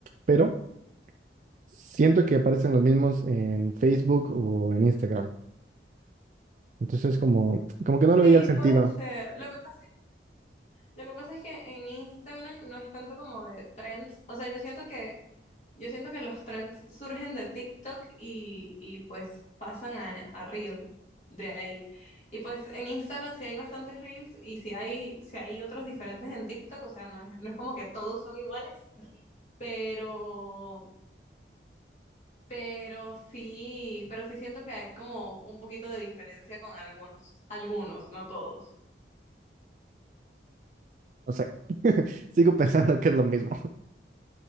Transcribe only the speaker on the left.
sí,
puede ser. Lo que pasa Lo que pasa es que en Instagram no es tanto como de trends. O sea, yo siento que, yo siento que los trends surgen de TikTok y, y pues pasan a, a Reel de ahí. Y pues en Instagram sí hay bastantes Reels y sí hay, sí hay otros diferentes en TikTok. O sea, no es, no es como que todos son iguales, pero, pero sí, pero sí siento que hay como un poquito de diferencia con algunos. Algunos, no todos.